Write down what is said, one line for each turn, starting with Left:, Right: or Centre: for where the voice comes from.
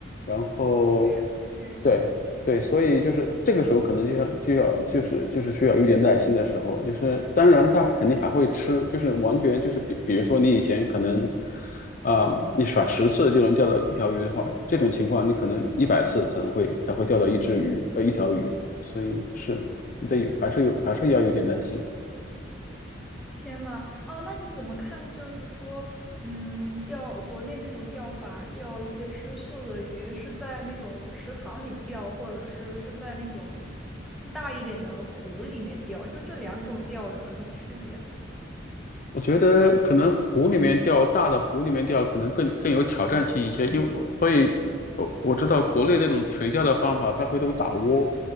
Left: 然后
Centre: OK OK，
Left: 对对，所以就是这个时候可能就要就要就是就是需要有点耐心的时候，就是当然他肯定还会吃，就是完全就是比比如说你以前可能啊、你甩十次就能钓到一条鱼的话，这种情况你可能一百次才能会才会钓到一只鱼呃一条鱼，所以是你得有还是有还是要有点耐心。
Centre: 天呐，哦，那你怎么看？就是说，嗯，钓国内那种钓法，钓一些吃素的鱼，是在那种池塘里钓，或者是是在那种大一点的湖里面钓，就这两种钓有什么区别呢？
Left: 我觉得可能湖里面钓，大的湖里面钓可能更更有挑战性一些，因为我所以，我我知道国内那种垂钓的方法，它会都打窝，